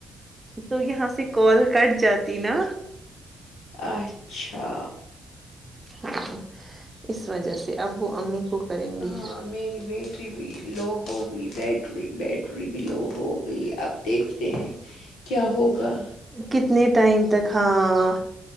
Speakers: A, on the right; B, on the left.
A: تو یہاں سے کال کٹ جاتی نا
B: اچھا
A: ہاں اس وجہ سے ابو امی کو کریں گی
B: ہاں میری بیٹری بھی لو ہوگی بیٹری بیٹری بھی لو ہوگ گئی تو اب دیکھتے ہیں کیا ہوگا
A: کتنے ٹائم تک ہاں